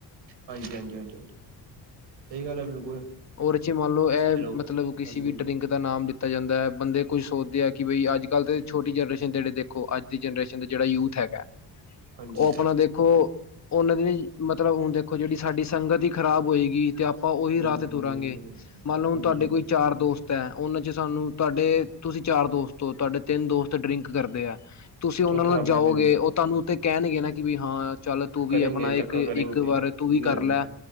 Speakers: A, on the right; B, on the left.
A: ਹਾਂਜੀ-ਹਾਂਜੀ-ਹਾਂਜੀ-ਹਾਂਜੀ ਸਹੀ ਗੱਲ ਹੈ ਬਿਲਕੁਲ,
B: ਔਰਚ ਮੰਨ ਲੋ ਇਹ
A: ਹੈਲੋ
B: ਮਤਲਬ ਕਿਸੇ
A: ਹਾਂਜੀ
B: ਵੀ
A: ਹਾਂਜੀ
B: ਡਰਿੰਕ ਦਾ ਨਾਮ ਦਿੱਤਾ। ਤਾ ਜਾਂਦਾ ਹੈ ਬੰਦੇ, ਕੁੱਝ ਸੋਚਦੇ ਆ ਕਿ ਬਈ ਅੱਜ, ਕੱਲ ਛੋਟੀ ਜਨਰੇਸ਼ਨ ਨੇੜੇ ਦੇਖੋ। ਦੀ ਜਨਰੇਸ਼ਨ ਦਾ ਜਿਹੜਾ ਯੂਥ ਹੈਗਾ
A: ਹਾਂਜੀ
B: ਉਹ ਆਪਣਾ ਦੇਖੋ। ਉਹਨਾਂ ਦੀ ਮਤਲਬ ਹੁਣ ਦੇਖੋ ਜਿਹੜੀ ਸਾਡੀ ਸੰਗਤ ਹੀ ਖ਼ਰਾਬ ਹੋਏਗੀ। ਤੇ ਆਪਾਂ ਉਹੀ
A: ਹਾਂਜੀ
B: ਰਾਤ, ਤੁਰਾਂਗੇ
A: ਹਾਂਜੀ
B: ਮੰਨ ਲਓ
A: ਹਾਂਜੀ
B: ਤੁਹਾਡੇ ਕੋਈ ਚਾਰ ਦੋਸਤ, ਉਹਨਾਂ ਚ ਸਾਨੂੰ ਤੁਹਾਡੇ ਤੁਸੀਂ ਚਾਰ ਦੋਸਤ ਹੋ ਤੁਹਾਡੇ ਤਿੰਨ ਦੋਸਤ ਡਰਿੰਕ ਕਰਦੇ ਆ। ਤੁਸੀਂ ਉਹਨਾਂ
A: ਚੌਥਾ
B: ਨਾਲ
A: ਆਪਣਾ
B: ਜਾਓਗੇ
A: ਵੀ
B: ਉਹ ਤੁਹਾਨੂੰ, ਤੇ ਕਹਿਣਗੇ ਨਾ ਕਿ ਵੀ ਹਾਂ, ਚੱਲ ਤੂੰ
A: ਕਰੇਗੇ
B: ਵੀ ਆਪਣਾ
A: ਧੱਕਾ
B: ਇੱਕ ਇੱਕ
A: ਕਰੇਗੇ
B: ਵਾਰ ਤੂੰ ਵੀ ਕਰ
A: ਰੋਣਾ
B: ਲੈ